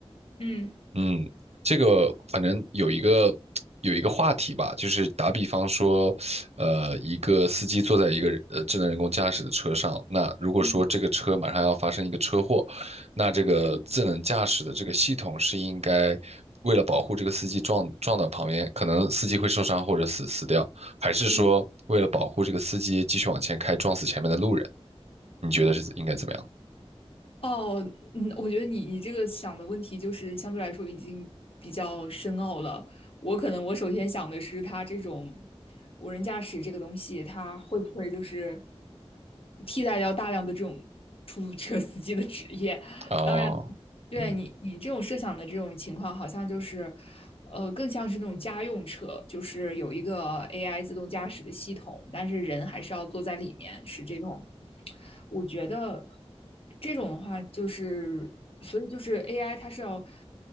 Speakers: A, on the left; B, on the right.
A: 嗯。
B: 嗯，这个反正有一个有一个话题吧，就是打比方说，呃，一个司机坐在一个呃智能人工驾驶的车上，那如果说这个车马上要发生一个车祸，
A: 嗯
B: 那这个智能驾驶的这个系统是应该为了保护这个司机撞撞到旁边，可能司机会受伤或者死死掉，还是说为了保护这个司机继续往前开撞死前面的路人？
A: 嗯，
B: 你觉得是应该怎么样？
A: 哦，嗯，我觉得你你这个想的问题就是相对来说已经比较深奥了。我可能我首先想的是，它这种无人驾驶这个东西，它会不会就是替代掉大量的这种出租车司机的职业？
B: 哦，
A: 当然。对你，
B: 嗯
A: 你这种设想的这种情况，好像就是，呃，更像是那种家用车，就是有一个 AI 自动驾驶的系统，但是人还是要坐在里面，是这种。我觉得这种的话，就是所以就是 AI 它是要，